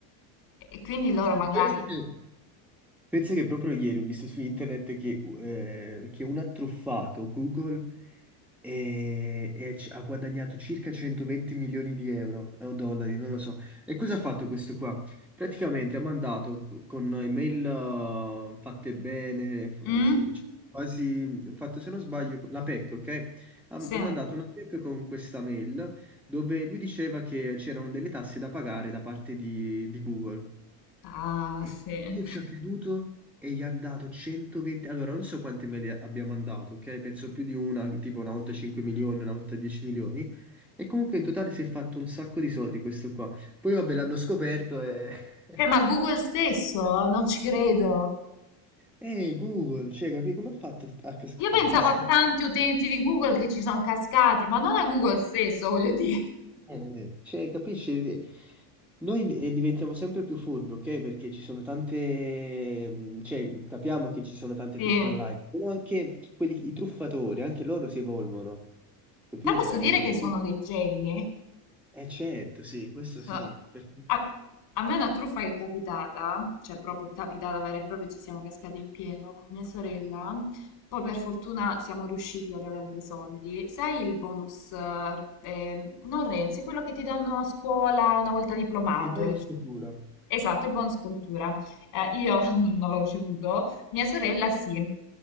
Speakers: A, on the left; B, in the centre.
A: E quindi loro
B: Sì,
A: magari...
B: Penso che Pensa che proprio ieri ho visto su internet che, eh, che un ha truffato Google e, e ha guadagnato circa 120 milioni di euro eh, o dollari, non lo so. E cosa ha fatto questo qua? Praticamente ha mandato co- con email eh, fatte bene, f-
A: Mm?
B: se- cioè, quasi ho fatto se non sbaglio la PEC, ok? Ha,
A: Sì.
B: ha mandato una PEC con questa mail dove lui diceva che c'erano delle tasse da pagare da parte di, di Google.
A: Ah,
B: E
A: sì.
B: io ci ho creduto e gli ha dato 120... Allora, non so quante mail abbia mandato, ok? Penso più di una, tipo una volta 5 milioni, una volta 10 milioni. E comunque in totale si è fatto un sacco di soldi questo qua. Poi vabbè, l'hanno scoperto e... <laughs>
A: Cioè, ma Google stesso, non ci credo.
B: Eh, Google, cioè, capi come ha fatto a, cas-
A: Io pensavo
B: a cascare?
A: a tanti utenti di Google che ci sono cascati, ma non a Google stesso, voglio dire.
B: Eh, cioè, capisci? Noi eh, diventiamo sempre più furbi, ok? Perché ci sono tante, mh, cioè, capiamo che ci sono tante
A: Sì.
B: truffe online, però anche quelli, i truffatori, anche loro si evolvono, capito?
A: Però posso dire
B: E
A: che
B: quindi,
A: sono dei geni. eh?
B: eh, certo, sì, questo
A: So-
B: sì, perché
A: a, a me una truffa che è capitata, cioè proprio capitata vera e propria, ci siamo cascati in pieno con mia sorella. Poi per fortuna siamo riusciti ad avere quei soldi. Sai il bonus, eh, eh, non Renzi, quello che ti danno a scuola una volta diplomato.
B: sì, bonus
A: eh. cioè
B: cultura.
A: Esatto, il bonus cultura. Eh, io <laughs> non l'ho ricevuto, mia sorella sì.